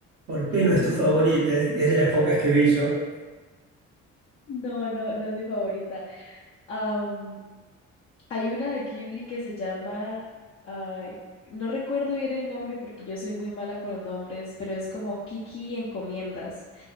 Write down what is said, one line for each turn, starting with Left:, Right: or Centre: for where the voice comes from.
Right: ¿por qué no
Left: pues,
Right: es tu favorita? Es es de las pocas que vi yo.
Left: no, no, no es mi favorita. Am, hay una de Ghibli que se llama, ay, no recuerdo bien el nombre porque yo soy muy mala con los nombres, pero es como Kiki Encomiendas.